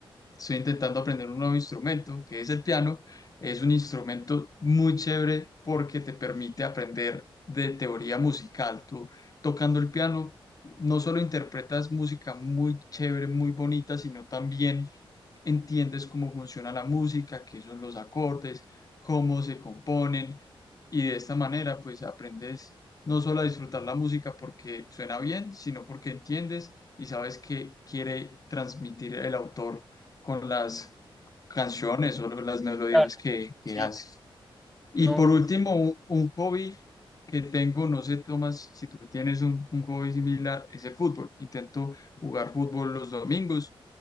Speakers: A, on the left (about 40°); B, in the centre.
A: estoy intentando aprender un nuevo instrumento, que es el piano. Es un instrumento muy chévere porque te permite aprender de teoría musical. Tú tocando el piano no solo interpretas música muy chévere, muy bonita, sino también entiendes cómo funciona la música, qué son los acordes, cómo se componen y de esta manera pues aprendes no solo a disfrutar la música porque suena bien, sino porque entiendes y sabes qué quiere transmitir el autor con las canciones o las melodías
B: Claro,
A: que, que
B: sí,
A: hace. Y
B: no,
A: por último, un, un hobby que tengo, no sé, Tomás, si tú tienes un, un hobby similar, es el fútbol. Intento jugar fútbol los domingos,